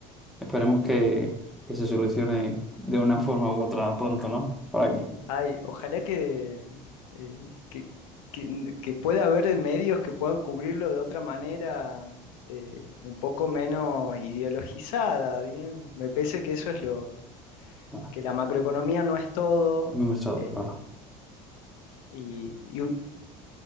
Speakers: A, in the centre; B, on the left (about 80°).
A: esperemos que, que se solucione de una forma u otra pronto, ¿no? Para que
B: Ay, ojalá que, eh, que, que- que pueda haber medios que puedan cubrirlo de otra manera, eh, un poco menos ideologizada, bien. Me parece que eso es lo,
A: nada,
B: que la macroeconomía no es todo.
A: no me estoy
B: eh,
A: claro.
B: y y,